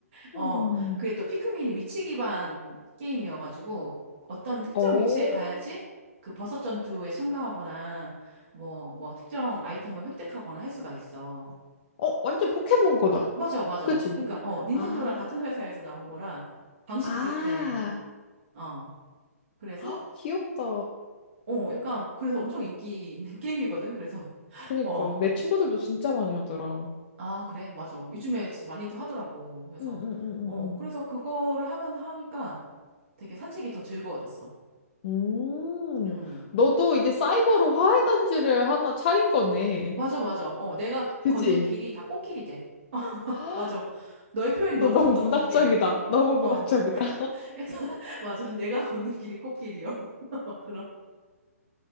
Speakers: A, on the right; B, on the left.
A: 어,
B: 음.
A: 그게 또 피크민이 위치 기반 게임이어가지고 어떤 특정
B: 어,
A: 위치에 가야지 그 버섯 전투에 참가하거나 뭐, 뭐 특정 아이템을 획득하거나 할 수가 있어.
B: 어, 완전 포켓몬 거다.
A: 맞아, 맞아.
B: 그치?
A: 그러니까, 어, 닌텐도랑
B: 아,
A: 같은 회사에서 나온 거라 방식이
B: 아,
A: 비슷해. 어, 그래서,
B: <laughs> 귀엽다.
A: 어, 약간, 그래서 엄청 인기 있는 <laughs> 게임이거든. 그래서,
B: 그니까,
A: 어,
B: 내 친구들도 진짜 많이 하더라.
A: 아, 그래, 맞아. 요즘에 진짜 많이들 하더라고. 그래서,
B: 응, 응, 응,
A: 어,
B: 응,
A: 그래서 그거를 하면서 하니까 되게 산책이 더 즐거워졌어.
B: 응.
A: 음.
B: 음, 너도 이제 사이버로 화훼단지를 하나 차린 거네.
A: 맞아, 맞아. 어, 내가
B: 그치?
A: 걷는 길이 다 꽃길이 돼.
B: <gasps> 아,
A: 맞아. 너의 표현이 너무
B: 너무
A: 적확한
B: 문학적이다.
A: 게,
B: 너무
A: 어,
B: 문학적이다.
A: 약간, <laughs> 맞아. 내가 걷는 길이 꽃길이요. <laughs> 그런,